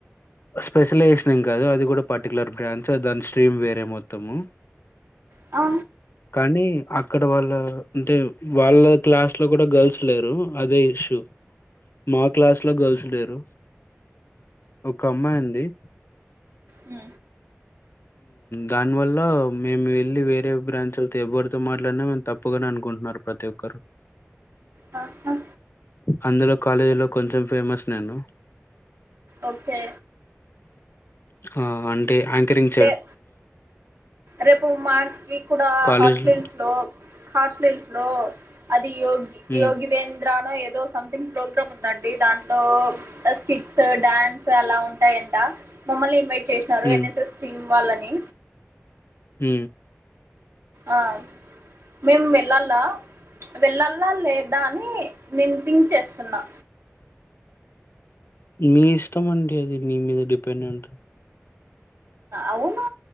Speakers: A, on the left; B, on the right.
A: స్పెషలైజేషన్ం కాదు అది కూడా పర్టికులర్ బ్రాంచ్ దాని స్ట్రీమ్ వేరే మొత్తము
B: ఆ
A: కానీ అక్కడ వాళ్ళ అంటే వాళ్ళ క్లాస్ లో కూడా గర్ల్స్ లేరు అదే ఇష్యూ మా క్లాస్ లో గర్ల్స్ లేరు ఒక అమ్మాయి ఉంది
B: ఉ
A: దానివల్ల మేము వెళ్ళి వేరే బ్రాంచ్లతో ఎవరితో మాట్లాడినా మేము తప్పు తప్పుగానే అనుకుంటున్నారు ప్రతి ఒక్కరు.
B: హహ
A: అందులో కాలేజీలో కొంచెం ఫేమస్ నేను.
B: ఓకే
A: ఆ అంటే ఆయాంకరింగ్.
B: ల రేపు మాకి కూడా
A: కాలేజ్‌లో
B: హార్ట్ స్లీవ్స్. లో హాస్టల్స్ లో అదియోగి
A: హ్మ్.
B: యోగివేంద్రనో ఏదో సంథింగ్ ప్రోగ్రామ్ ఉందండి దాంతో స్కిట్స్ డడాన్స్ అలా ఉంటాయంట. మమ్మల్ని ఇన్వైట్ చేసినారు
A: హ్మ్.
B: ఎన్ఎస్ఎస్ టీమ్ వాళ్ళని.
A: హ
B: ఆ మేము వెళ్ళాల వెళ్ళాల లేదా అని నిను థింక్ చేస్తున్నా
A: మీ ఇష్టం అండి అది మీ మీద డిపెండ్ అయ్యి ఉంటది
B: అవునా